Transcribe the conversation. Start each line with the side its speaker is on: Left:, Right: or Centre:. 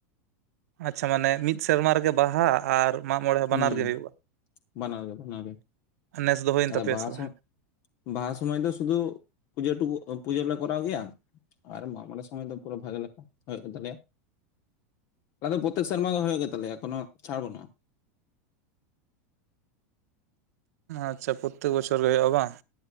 Right: ᱟᱪᱪᱷᱟ ᱢᱟᱱᱮ ᱢᱤᱫ ᱥᱮᱨᱢᱟ ᱨᱮᱜᱮ ᱵᱟᱦᱟ ᱟᱨ ᱢᱟᱜ ᱢᱚᱬᱮ
Left: ᱦᱩᱸ
Right: ᱵᱟᱱᱟᱨ ᱜᱮ ᱦᱩᱭᱩᱜᱼᱟ
Left: ᱵᱟᱱᱟᱨ ᱜᱮ ᱵᱟᱱᱟᱨ ᱜᱮ
Right: ᱱᱮᱥ ᱫᱚ ᱦᱩᱭᱮᱱ
Left: ᱟᱫᱚ
Right: ᱛᱟᱯᱮᱭᱟ
Left: ᱵᱟᱦᱟ
Right: ᱥᱮ ᱵᱟᱝ
Left: ᱥᱚᱭ ᱵᱟᱦᱟ ᱥᱚᱢᱚᱭ ᱫᱚ ᱥᱩᱫᱩ ᱯᱩᱡᱟᱹᱩ ᱯᱩᱡᱟᱹᱞᱮ ᱠᱚᱨᱟᱣ ᱜᱮᱭᱟ ᱟᱨ ᱢᱟᱜᱢᱚᱬᱮ ᱥᱚᱢᱚᱭ ᱫᱚ ᱯᱩᱨᱟᱹ ᱵᱷᱟᱜᱮ ᱞᱮᱠᱟ ᱦᱩᱭᱩᱜ ᱜᱮ ᱛᱟᱞᱮᱭᱟ ᱚᱱᱟᱫᱚ ᱯᱨᱚᱛᱮᱠ ᱥᱮᱨᱢᱟ ᱜᱮ ᱦᱩᱭᱩᱜ ᱜᱮ ᱛᱟᱞᱮᱭᱟ ᱠᱚᱱᱳ ᱪᱷᱟᱲ ᱵᱚᱱᱟᱜ-ᱟ ᱾
Right: ᱟᱪᱪᱷᱟ ᱯᱨᱚᱛᱛᱮᱮᱠ ᱵᱚᱪᱷᱚᱨ ᱜᱮ ᱦᱩᱭᱩᱜᱼᱟ ᱵᱟᱝ